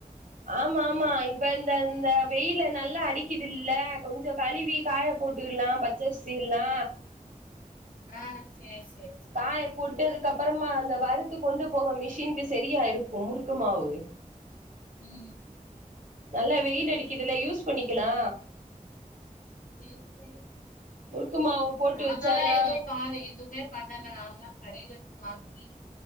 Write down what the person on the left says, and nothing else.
ஆ சேரி சேரி சேரி
ம்
கரெக்ட்டு
தா
சேரி சேரி
நாங்கல்லா
எதுவு பாறே எதுவுமே பண்ணல நாங்கலா கடேலருந்து வாங்கி